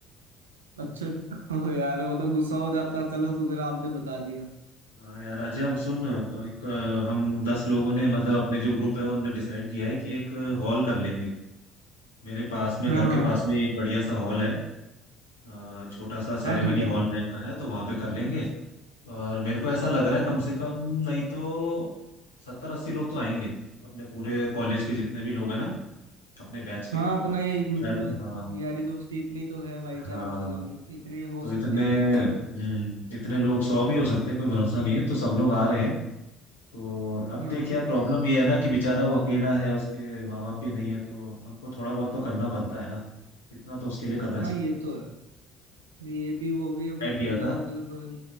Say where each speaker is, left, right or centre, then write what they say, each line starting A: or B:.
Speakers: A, on the right; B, on the left.
A: अच्छा <laughs> हो यार वो तो गुस्सा हो जाता चलो शुक्र आपने बता दिया
B: हाँ यार अच्छा अब सुन एक अ, हम दस लोगों ने मतलब अपने जो ग्रुप है उनने डिसाइड किया है कि एक हॉल कर लेंगे मेरे पास में
A: हाँ
B: घर के
A: हाँ
B: पास में एक बढ़िया सा हॉल है अ, छोटा सा सेरेमनी
A: हाँ ठीक है
B: हॉल टाइप का है तो वहां पे कर लेंगे और मेरे को ऐसा लग
A: हम्म।
B: रहा है कम से कम नहीं तो सत्तर अस्सी लोग तो आएंगे अपने पूरे कॉलेज के जितने भी लोग हैं ना अपने बैच
A: हाँ
B: के
A: अपना ये मतलब
B: शायद हाँ
A: यारी दोस्ती इतनी तो है भाईचारा
B: हाँ
A: मतलब इतने हो
B: तो
A: सकते
B: इतने
A: हैं इकट्ठे
B: हम्म इतने लोग सौ भी हो सकते हैं कोई भरोसा नहीं है तो सब लोग आ रहे हैं तो अब
A: हाँ
B: देख
A: हाँ
B: यार प्रॉब्लम ये है ना कि बेचारा वो अकेला है उसके माँ बाप भी नहीं है तो हमको थोड़ा बहुत तो करना बनता है ना इतना तो उसके लिए करना चाहिए
A: हाँ ये तो है ये भी वो
B: डिसाइड
A: भी अब अकेला
B: किया था
A: मतलब